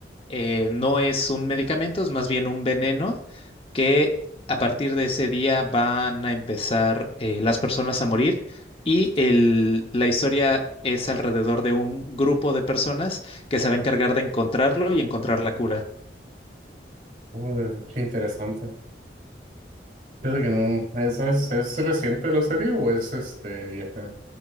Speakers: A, on the left; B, on the right.
A: eh, no es un medicamento, es más bien un veneno que a partir de ese día van a empezar eh, las personas a morir y el- la historia es alrededor de un grupo de personas que se
B: ujú.
A: va a encargar de encontrarlo y encontrar la cura.
B: Oh, qué interesante. Fíjate que no, ¿es, es, es reciente la serie o es, este, vieja?